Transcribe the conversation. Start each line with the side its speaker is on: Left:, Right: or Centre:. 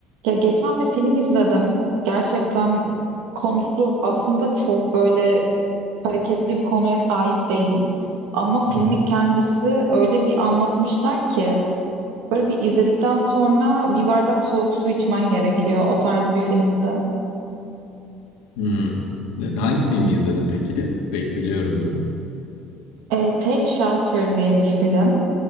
Right: Ya geçen bir film izledim. Gerçekten konusu aslında çok böyle hareketli bir konuya sahip değil. Ama filmin
Left: Hı hı.
Right: kendisi öyle bir anlatmışlar ki böyle bir izledikten sonra bir bardak soğuk su içmen gerekiyor o tarz bir filmde.
Left: Hmm. Hangi filmi izledin peki? Belki biliyorumdur.
Right: Ee, Take Shelter diye bir film.